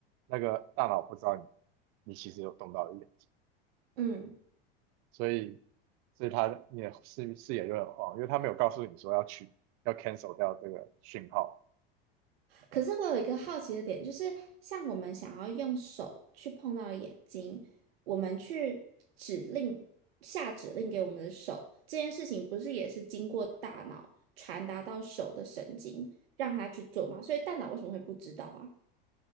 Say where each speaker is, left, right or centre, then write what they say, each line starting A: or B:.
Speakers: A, on the right (about 50°); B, on the right (about 80°).
A: 那个大脑不知道你你其实有动到眼睛，
B: 嗯。
A: 所以所以它你的视视野就很晃，因为它没有告诉你说要去要 cancel 掉这个讯号。
B: 可是我有一个好奇的点，就是像我们想要用手去碰到眼睛，我们去指令下指令给我们的手，这件事情不是也是经过大脑传达到手的神经，让它去做吗？所以大脑为什么会不知道啊？